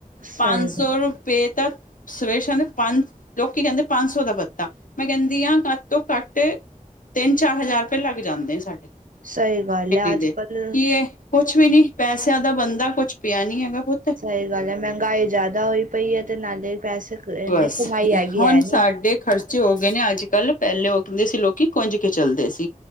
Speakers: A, on the right; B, on the left.
A: ਸਹੀ
B: ਪੰਜ ਸੌ
A: ਗੱਲ
B: ਪੇ ਤਾਂ ਸਵੇਰ ਸ਼ਾਮ ਪੰਜ ਲੋਕੀ ਕਹਿੰਦੇ ਪੰਜ ਸੌ ਦਾ ਪੱਤਾ ਮੈਂ ਕਹਿੰਦੀ ਹਾਂ ਘੱਟ ਤੋਂ ਘੱਟ ਤਿੰਨ ਚਾਰ ਹਜ਼ਾਰ ਰੁਪਏ ਲੱਗ ਜਾਂਦੇ ਨੇ ਸਾਡੇ
A: ਸਹੀ ਗੱਲ
B: ਕਿੱਟੀ
A: ਐ ਅੱਜ-ਕੱਲ
B: ਦੇ ਕੀ ਇਹ ਕੁਛ ਵੀ ਨੀ ਪੈਸਿਆਂ ਦਾ ਬੰਦਾ ਕੁਛ ਪਿਆ ਨੀ ਹੈਗਾ ਪੁੱਤ
A: ਸਹੀ ਗੱਲ ਹੈ ਮਹਿੰਗਾਈ ਜ਼ਿਆਦਾ ਹੋਈ ਪਈ ਹੈ ਤੇ ਨਾਲੇ ਪੈਸੇ ਇਨੇ
B: ਬਸ
A: ਕਮਾਈ ਹੈਗੀ
B: ਹੁਣ
A: ਹੈ ਨੀ।
B: ਸਾਡੇ ਖਰਚੇ ਹੋ ਗਏ ਨੇ ਅੱਜ ਕੱਲ ਪਹਿਲੇ ਉਹ ਕਹਿੰਦੇ ਸੀ ਲੋਕੀ ਕੁੰਜ ਕੇ ਚੱਲਦੇ ਸੀ